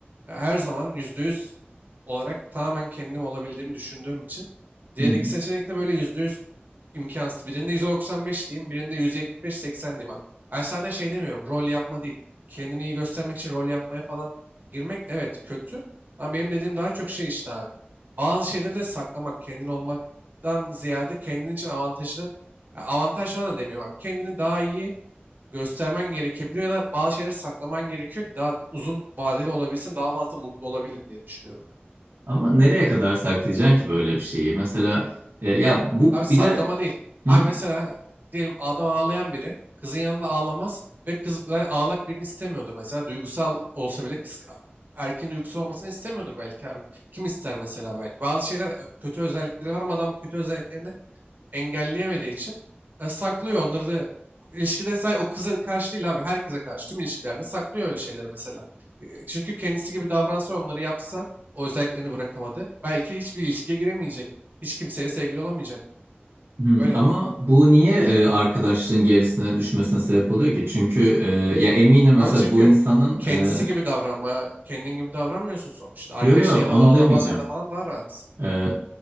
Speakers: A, on the right; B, on the right.
A: e, her zaman %100 olarak tamamen kendim olabildiğimi düşündüğüm için diğer
B: hı hı.
A: iki seçenek de böyle %100 imkansız. Birinde %95 diyeyim, birinde %75-80 diyeyim abi. Ben zaten şey demiyorum. Rol yapma değil. Kendini iyi göstermek için rol yapmaya falan girmek evet kötü. Ama benim dediğim daha çok şey işte abi. Bazı şeyleri de saklamak, kendin olmaktan ziyade kendin için avantajlı. Ya Avantaj falan da demiyorum abi. Kendini daha iyi göstermen gerekebiliyor ya da bazı şeyleri saklaman gerekiyor ki daha uzun vadeli olabilsin, daha fazla mutlu olabilin diye düşünüyorum ben.
B: Ama nereye kadar saklayacaksın ki böyle bir şeyi? Mesela e, ya bu
A: Abi saklama
B: bir de
A: değil. Abi
B: Hı hı.
A: mesela diyelim adam ağlayan biri kızın yanında ağlamaz ve kız yani ağlak birini istemiyordur mesela. Duygusal olsa bile kız erkeğin duygusu olmasını istemiyordur belki abi. Kim ister mesela belki. Bazı şeyler ö- kötü özellikleri var ama adam bu kötü özelliklerini engelleyemediği için e, saklıyor onları da ilişkide sadece o kıza karşı değil abi herkese karşı tüm ilişkilerde saklıyor öyle şeyleri mesela. E, Çünkü kendisi gibi davransa onları yapsa o özelliklerini bırakamadı. Belki hiçbir ilişkiye giremeyecek. Hiç kimseyle sevgili olamayacak.
B: Hı.
A: Öyle
B: Ama
A: bak.
B: bu niye e, arkadaşlığın gerisine düşmesine sebep oluyor ki? Çünkü e, ya eminim mesela
A: Abi çünkü
B: bu insanın
A: kendisi
B: e,
A: gibi davranma, kendin gibi davranmıyorsun sonuçta. Arkadaşın
B: yo yo
A: yanında
B: onu
A: ağlaman
B: demeyeceğim.
A: ya da falan daha rahat.
B: E,